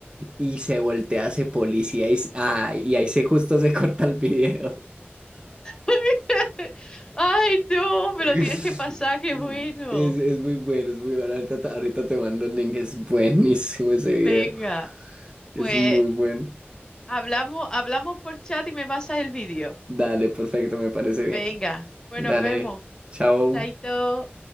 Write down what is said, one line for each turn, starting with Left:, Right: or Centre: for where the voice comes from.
Right: Y se voltea ese policía y, s- ah, y ahí se justo se <laughs> corta el video.
Left: <laughs> Ay, no,
Right: <laughs>
Left: me lo tienes que pasar, qué bueno.
Right: Es, es muy bueno, es muy bueno. Ahorita, te- ahorita te mando el link, es buenísimo ese
Left: Venga,
Right: video. Es
Left: pues
Right: muy bueno.
Left: hablamos, hablamos por chat y me pasas el vídeo.
Right: Dale, perfecto, me parece bien.
Left: Venga, pues
Right: Dale,
Left: nos vemos.
Right: chao.
Left: Chaito.